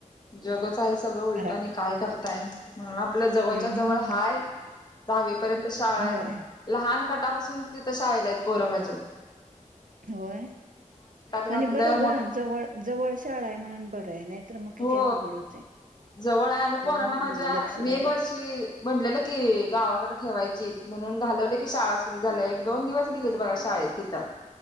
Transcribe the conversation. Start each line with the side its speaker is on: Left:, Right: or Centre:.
Left: जगच आहे सगळं उलटा
Right: फराव
Left: आणि काय कर म्हणून आपल्या जवळच्या
Right: हम्म
Left: जवळ हाय दहावी पर्यंत शाळा
Right: होय,
Left: आहेत लहान पासून तिथं शाळेला आहेत पोरं माझी
Right: होय
Left: घातलं
Right: आणि बरं
Left: मोठ
Right: ग जवळ जवळ शाळा आहे म्हणून बर आहे. नाहीतर मग किती
Left: हो
Right: अवघड होतय.
Left: जवळ आहे आणि
Right: हम्म
Left: पोरांना माझ्या
Right: हम्म लक्ष द्यावं
Left: मी एक
Right: लागत
Left: वर्षी म्हनलेलं. कि गावाकड ठेवायचीत म्हणून घालवले की शाळा सुरु झाल्या एक दोन दिवस गेलेत बघा शाळेत तिथं